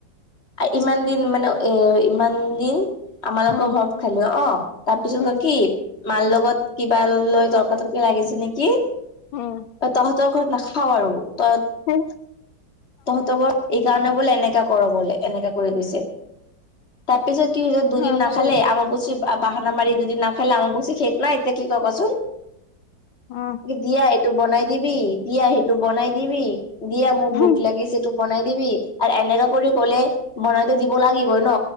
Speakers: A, on the left (about 35°); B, on the left (about 85°).
A: ইমান দিন মানে এ ইমান দিন আমালোকৰ
B: উম,
A: ঘৰত খালো অ, তাৰ পিছত
B: উম,
A: কয় কি? মাৰ লগত কিবা লৈ তৰ্ক তৰ্কি লাগিছে নেকি?
B: উম।
A: তহঁতৰ ঘৰত নাখাও আৰু তই
B: হ
A: তহঁত ব এই কাৰণে বোলে এনেকা কৰ বোলে এনেকা কৰি গৈছে। তাৰ পিছত কি হৈছে দুদিন
B: আমাৰো।
A: ন খালে আমাক বুচি বাহানা মাৰি দুদিন না খালে, আমাক বুছি শেক নাই এতিয়া কি ক কচোন। <unintelligible>
B: অহ।
A: দিয়া এইটো বনাই দিবি, দিয়া সেইটো বনাই দিবি, দিয়া মোৰ
B: উম,
A: ভোক লাগিছে টো বনাই দিবি আৰু এনেকাা কৰি কলে বনাইতো দিব লাগিবই ন।